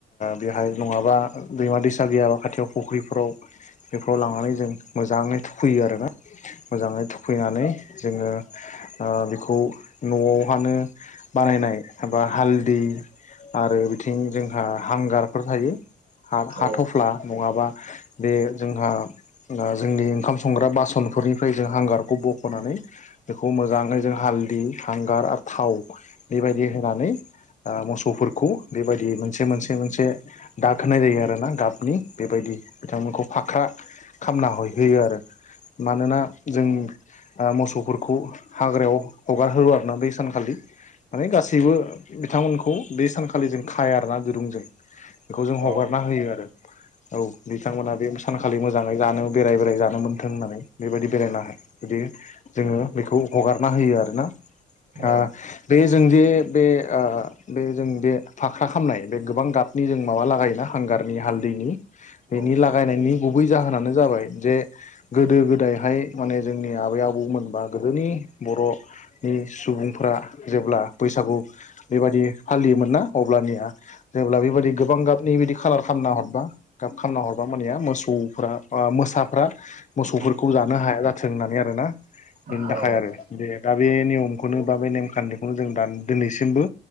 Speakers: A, on the left; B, on the right.
A: बेहाय नङाबा दैमा दैसा गैयाबा खाथियाव फुख्रिफोराव बेफोराव लांनानै जों मोजाङै थुखैयो आरोना मोजाङै थुखैनानै जोङो बेखौ न'आवहानो बानायनाय एबा हालदै आरो बिथिं जोंहा हांगारफोर थायो हाथ'फ्ला
B: औ उम औ
A: नङाबा बे जोंहा जोंनि ओंखाम संग्रा बासनफोरनिफ्राय जों हांगार खौ बख'नानै
B: उम
A: बेखौ मोजाङै जों हालदै हांगार आरो थाव बेबायदि होनानै ओ मोसौफोरखौ बेबायदि मोनसे मोनसे मोनसे दाग खोनाय जायो आरो ना गाबनि बेबायदि बिथांमोनखौ फाख्रा खामना हैय होयो आरो मानोना जोंनि आ मोसौफोरखौ हाग्रायाव हगार होयो आरोना बै सानखालि माने गासैबो बिथांमोनखौ बे सानखालि जों खाया आरोना दिरुंजों खौ जों
B: औ
A: हगारना होयो आरो औ बिथांमोना बे सानखालि मोजाङै जानो बेराय बेराय जानो मोनथों होननानै बेबायदि बेरायनो हाय बिदि जोङो बेखौ हगारना होयो आरोना
B: औ
A: आ बे जों जे बे आ बे जों बे फाख्रा खामनाय बे गोबां गाबनि जों माबा लागायोना हांगारनि हालदैनि बेनि
B: उम
A: लागायनायनि गुबै जाहोनानो जाबाय जे गोदो गोदायहाय माने जोंनि आबै आबौमोनबा गोदोनि बर' नि सुबुंफोरा जेब्ला बैसागु बेबायदि फालियोमोन ना अब्लानिया जेब्ला बेबायदि गोबां गाबनि बिदि खालार खालामना हरबा गाब खामना हरबा मानेया मोसौफ्रा आ मोसाफ्रा मोसौफोरखौ
B: औ
A: जानो हाया जाथों होननानै आरोना
B: औ
A: बेनि थाखाय आरो दे दा बे नियमखौनो बा बे नेमखान्थिखौनो जों दा दिनैसिमबो